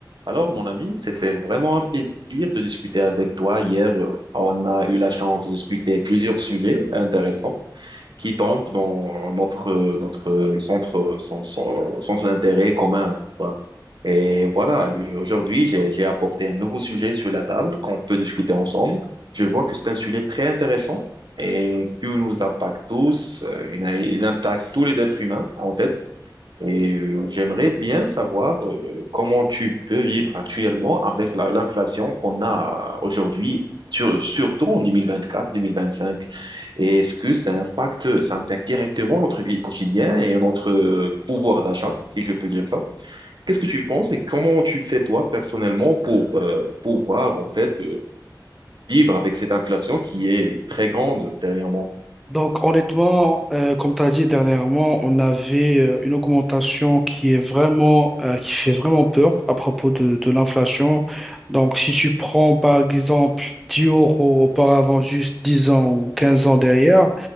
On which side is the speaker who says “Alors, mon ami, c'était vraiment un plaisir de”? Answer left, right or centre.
Right